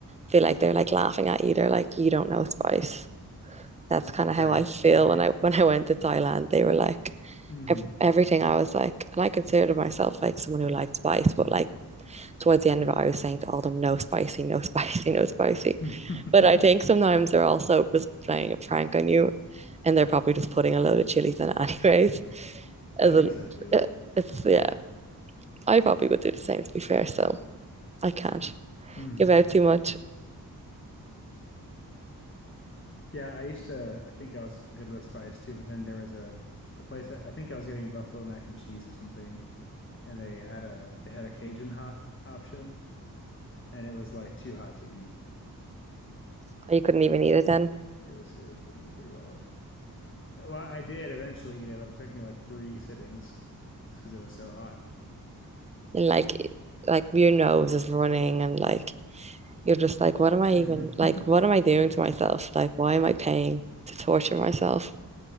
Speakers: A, on the right; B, on the left.
A: feel like they're like laughing at you. They're like, you don't know spice. that's kind of how
B: Right.
A: I feel
B: Like they,
A: when I when I went to Thailand. They were like
B: mm.
A: ev everything I was like, and I considered myself like someone who liked spice, but like towards the end of it, I was saying to all of them, no spicy, no <laughs> spicy, no spicy.
B: <laughs>
A: But I think sometimes they're also just playing a prank on you, and they're probably just putting a load of chilies in it <laughs> anyways. As
B: I
A: a,
B: think so too.
A: eh, it's yeah, I probably would do the same to be fair. So I can't
B: Mhm.
A: give out too much.
B: Yeah, I used to, I think I was good with spice too, but then there was a a place that I think I was getting buffalo mac and cheese or something, and they had a they had a Cajun hot option, and it was like too hot to eat.
A: You couldn't even eat it then,
B: It was it was pretty pretty wild. Well, I did eventually eat it, but it took me like three sittings just because it was so hot.
A: and like like your nose is running and like You're just like, what am I
B: hmm
A: even like, what
B: <laughs>
A: am I doing to myself? Like, why am I paying to torture myself?